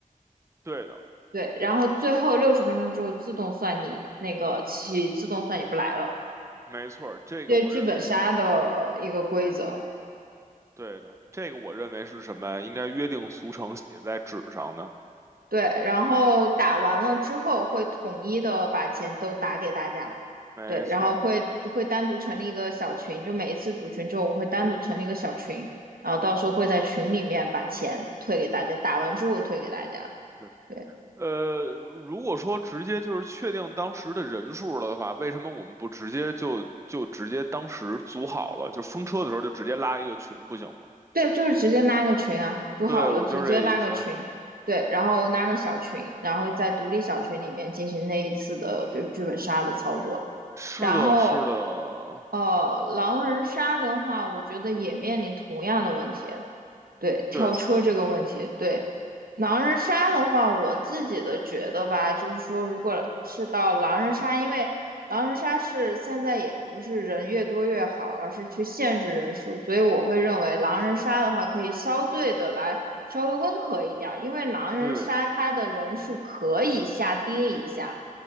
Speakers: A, on the right; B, on the right.
A: 对的，
B: 对，然后最后六十分钟之后自动算你那个起，自动算你不来了，
A: 没错儿这个我认为是，
B: 这剧本杀的一个规则。
A: 嗯，对的，这个我认为是什么呀？应该约定俗成写在纸上的。
B: 对，然后打完了之后会统一的把钱都打给大家。
A: 没错儿
B: 对，然后会会单独成立一个小群，就每一次组群之后，我会单独成立一个小群，然后到时候会在群里面把钱退给大家，打完之后退给大家。
A: 对。
B: 对
A: 呃，如果说直接就是确定当时的人数了的话，为什么我们不直接就就直接当时组好了，就风车的时候就直接拉一个群不行吗？
B: 对，就是直接拉个群啊，组好了直接拉个群，
A: 对，我就是这意思。
B: 对，然后拉个小群，然后在独立小群里面进行那一次的，比如剧本杀的操作。
A: 是的，
B: 然后
A: 是的，
B: 呃，狼人杀的话，我觉得也面临同样的问题，对，跳车这个问题，
A: 对
B: 对，狼人杀的话，我自己的觉得吧，就是说，如果是到狼人杀，因为狼人杀是现在也不是人越多越好，而是去限制人数，所以我会认为狼人杀的话，可以相对的来稍微温和一点儿，因为狼人杀它的人数可以下跌一下，
A: 对